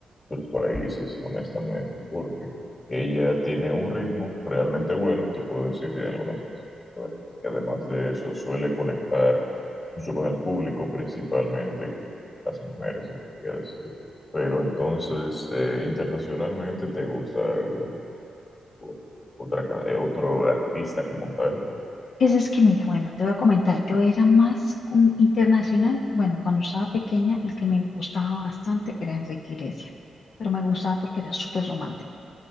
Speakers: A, on the left; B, on the left.
A: otros países, honestamente, porque ella tiene un ritmo realmente bueno, te puedo decir, de algunas canciones, y además de eso suele conectar mucho con el público, principalmente con las mujeres, se podría decir. Pero entonces, eh, internacionalmente, ¿te gusta algún o- otra, ca- eh, otro artista como tal?
B: Pues es que mira, bueno, te voy a comentar, yo era más como internacional, bueno, cuando estaba pequeña el que me gustaba bastante era Enrique Iglesias, pero me gustaba porque era súper romántico,